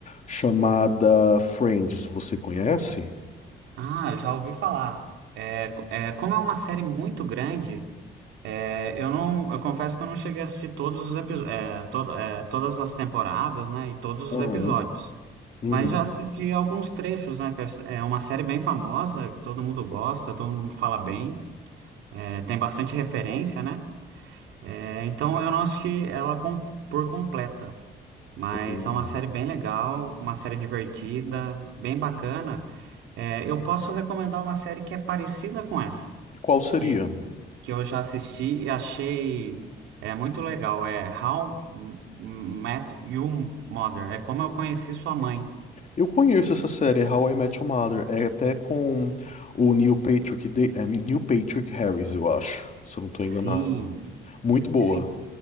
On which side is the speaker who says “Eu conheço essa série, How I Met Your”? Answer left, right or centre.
Left